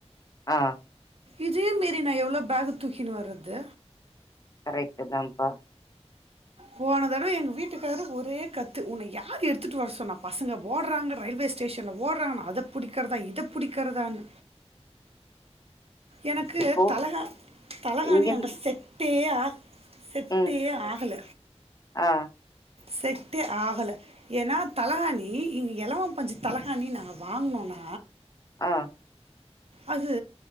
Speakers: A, on the left (about 35°); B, on the right (about 60°).
A: ஆ
B: இதே மீறி நா எவ்ளோ பேகு தூக்கின்னு வர்றது
A: கரெக்ட்டு தாம்பா
B: போன தடவ எங்க வீட்டுக்காரு ஒரே கத்து உன்ன யாரு எடுத்துட்டு வர சொன்னா பசங்க ஓட்றாங்க ரயில்வேஷ் ஸ்டேஷன்ல ஓட்றாங்க நா அதப் புடிக்கறதா இத புடிக்கிறதானு எனக்கு
A: இப்போ
B: தலகா தலகாணி
A: இங்கந்
B: அங்க செட்டே ஆகா செட்டே
A: ம்
B: ஆகல
A: ஆ
B: செட்டே ஆகல ஏன்னா தலகாணி இங் எளவ பஞ்சு தலகாணி நாங்க வாங்குனோன்னா
A: அ
B: அது